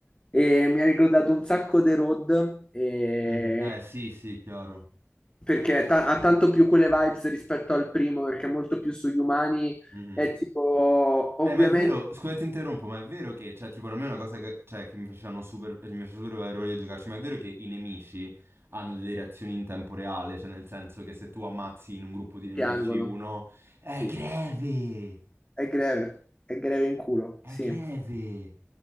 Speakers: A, on the left; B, on the right.
A: e mi ha ricordato un sacco The Road e-
B: Mhm. Eh sì, sì, chiaro.
A: perché ta- ha tanto più quelle vibes rispetto al primo perché è molto più sugli umani
B: Mhm.
A: è tipo
B: Eh,
A: ovviamente
B: ma è vero, scusa, ti interrompo, ma è vero che, cioè, tipo, a me è una cosa che, cioè, che mi facevano super, cioè, mi faceva super avere voglia di giocarci, ma è vero che i nemici hanno delle reazioni in tempo reale, cioè, nel senso che se tu ammazzi in un gruppo di nemici
A: piangono,
B: uno, è
A: sì,
B: greve,
A: è greve, è greve in culo, sì,
B: è greve,